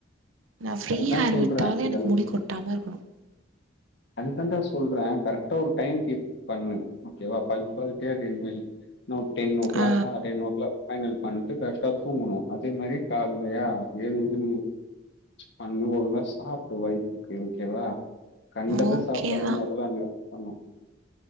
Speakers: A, on the right; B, on the left.
A: நா ஃப்ரீ
B: அதுதான்
A: ஹேர்
B: சொல்றேன்.
A: விட்டாலு
B: இதெல்லாம்
A: எனக்கு முடி கொட்டாம இருக்கணு
B: அதுக்கு தான்டா சொல்றே கரெக்டா ஒரு டைம் கீப் பண்ணு ஓகே வா பன்சுவாலிடி நீ நில் டென்நோ கிளாக்கா
A: ஆ
B: டென்நோ கிளாக் ஃபைனல் பண்ணிட்டு கரெக்டா தூங்கணு அதே மாரி காலையா எழுந்து பண்ணு ஒழுங்கா சாப்பிடு வயித்துக்கு ஓகேவா கண்டத
A: ஆ ஓகே
B: சாப்பிடுறது
A: தா
B: முதல்ல நிறுத்தனு